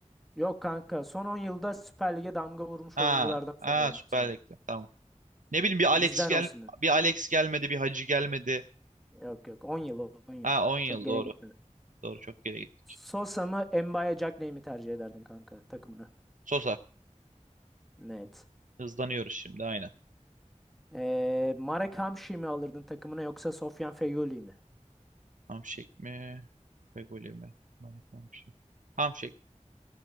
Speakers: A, in the centre; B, on the right.
A: yok kanka son 10 yılda Süper Lig'e damga vurmuş
B: Ha,
A: oyunculardan soruyorum
B: ha Süper
A: sana.
B: Lig'de. Tamam. Ne bileyim bir Alex
A: Bizden
B: gel
A: olsun.
B: bir Alex gelmedi, bir Hacı gelmedi.
A: Yok yok on yıl 10 yıl.
B: Ha 10 yıl
A: Çok geriye
B: doğru.
A: gitmedi.
B: Doğru çok geri gitti.
A: Sosa mı Mbaye Jack mi tercih ederdin kanka takımına?
B: Sosa.
A: Net.
B: Hızlanıyoruz şimdi aynen.
A: Ee, Marek Hamşik'i mi alırdın takımına yoksa Sofyan Feghouli mi?
B: Hamşik mi? Fegoli mi? Mehmet Hamşik. Hamşik.